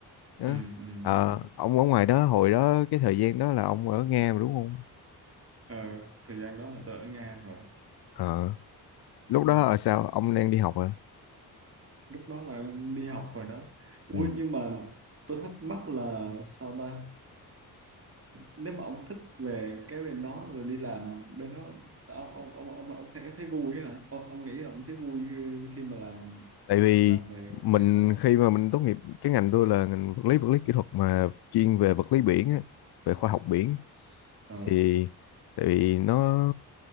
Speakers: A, on the left (about 70°); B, on the right (about 35°).
A: đó.
B: Ừ. Ừ.
A: Ờ,
B: ừ.
A: ông ở ngoài đó hồi đó cái thời gian đó là ông ở Nga mà đúng không
B: Ờ, thời gian đó là tôi ở Nga rồi.
A: Ờ, lúc
B: Ừ.
A: đó ở sao ông đang đi học à
B: lúc đó là đi học rồi đó ui
A: ừ.
B: nhưng mà tôi thắc mắc là sao ta nếu mà ông thích về cái bên đó rồi đi làm bên đó ông ông ông ông, ông thấy thấy vui á hả ông, ông nghĩ là ông thấy vui ờ, khi mà làm
A: tại vì
B: làm về
A: mình
B: cái phần
A: khi mà mình tốt nghiệp cái ngành tôi là ngành vật lý vật lý kỹ thuật mà chuyên về vật lý biển á, về khoa học biển
B: ờ
A: thì tại vì nó